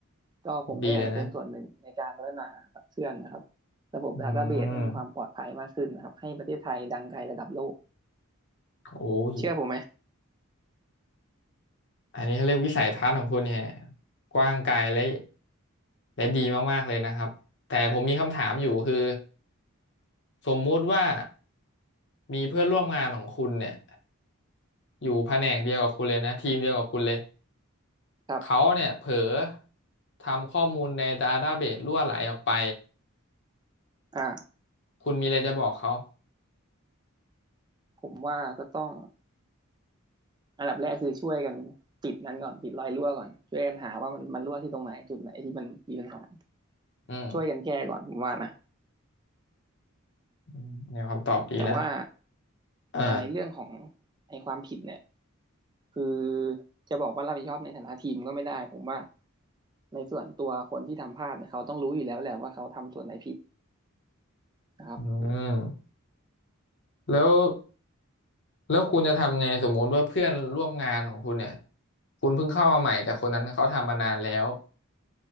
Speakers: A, on the right (about 20°); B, on the left (about 55°).
A: ก็ผมก็อยากจะเป็นส่วนหนึ่งในการพัฒนาขับเคลื่อนนะครับ
B: ดีเลยนะ
A: ระบบ
B: อืม
A: Database ให้มีความปลอดภัยมากขึ้นนะครับให้ประเทศไทยดังไกลระดับโลก
B: โอ้ย
A: เชื่อผมไหม
B: อันนี้เขาเรียกวิสัยทัศน์ของคุณเนี่ยกว้างไกลและและดีมากๆเลยนะครับ แต่ผมมีคำถามอยู่คือสมมุติว่ามีเพื่อนร่วมงานของคุณเนี่ยอยู่แผนกเดียวกับคุณเลยนะทีมเดียวกับคุณเลย
A: ครับ
B: เขาเนี่ยเผลอทำข้อมูลในดาต้าเบสรั่วไหลออกไป
A: อ่า
B: คุณมีอะไรจะบอกเขา
A: ผมว่าก็ต้องอันดับแรกคือช่วยกันปิดนั้นก่อนปิดรอยรั่วก่อนช่วยกันหาว่ามันมันรั่วที่ตรงไหนจุดไหนที่มันมีปัญหา
B: อืม
A: ช่วยกันแก้ก่อนผมว่านะ
B: อืมแนวคำตอบดีนะ
A: แต่ว่า
B: เออ
A: อ่าในเรื่องของไอความผิดเนี่ยคือจะบอกว่ารับผิดชอบในฐานะทีมก็ไม่ได้ผมว่า ในส่วนตัวคนที่ทำพลาดเนี่ยเขาต้องรู้อยู่แล้วแหละว่าเขาทำส่วนไหนผิดนะครับ
B: อืมแล้ว แล้วคุณจะทำไงสมมติว่าเพื่อนร่วมงานของคุณเนี่ยคุณเพิ่งเข้ามาใหม่แต่คนนั้นเขาทำมานานแล้ว